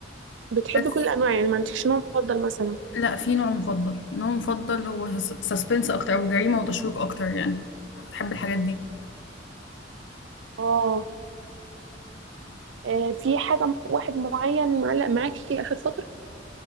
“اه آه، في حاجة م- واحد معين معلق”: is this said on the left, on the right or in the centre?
Right